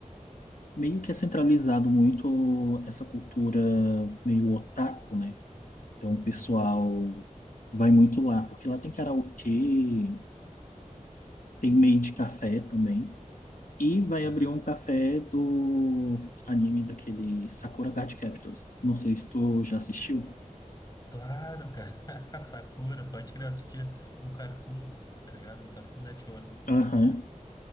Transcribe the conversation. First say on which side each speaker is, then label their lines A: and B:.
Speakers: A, on the left (about 75°); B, on the left (about 30°).
A: meio que é centralizado muito essa cultura meio otaku, né? Então, o
B: Uhum.
A: pessoal vai muito lá, porque lá tem karaokê, tem meio de café também. E vai
B: Aham.
A: abrir um café do anime daquele Sakura Card Captors. Não sei se tu já assistiu.
B: Claro, cara. <laughs> Sakura, pode crer, eu assistia no Cartoon, tá ligado? No Cartoon Network.
A: Aham.